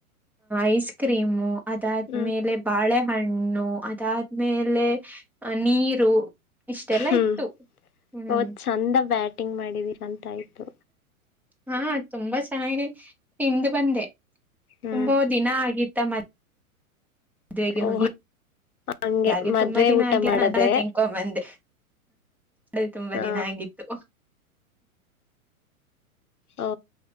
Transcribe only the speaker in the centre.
ಐಸ್ ಕ್ರೀಮು ಅದಾದ್ಮೇಲೆ
ಬಾಳೆಹಣ್ಣು ಅದಾದ್ಮೇಲೆ ನೀರು ಇಷ್ಟೆಲ್ಲಾ
ಇತ್ತು ಹ್ಮ್.
ಹಾ ತುಂಬಾ ಚೆನ್ನಾಗಿ ತಿಂದು ಬಂದೆ
ತುಂಬಾ ದಿನ ಆಗಿತ್ತ ಮತ್ತೆ ಮದ್ವೆಗೆ
ಹೋಗಿ
ಹಾಗೆ
ತುಂಬಾ ದಿನ
ಆಗಿಲ್ಲ
ತಿನ್ಕೊಂದ ಬಂದೆ. ಅದು ತುಂಬಾ
ದಿನ ಆಗಿತ್ತು.